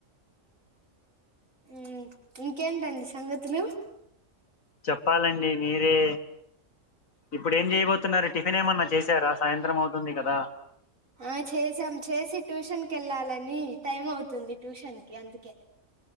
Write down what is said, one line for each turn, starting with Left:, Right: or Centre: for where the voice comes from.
Right: హ్మ్ ఇంకేంటండి సంగతులు
Left: చెప్పాలండి మీరే ఇప్పుడు ఏం చేయబోతున్నారు టిఫిన్ ఏమన్నా చేశారా సాయంత్రం అవు తుంది కదా
Right: ఆ చేసాం చేసి ట్యూషన్ కెళ్ళాలని టైం అవుతుంది ట్యూషన్ కి అందుకే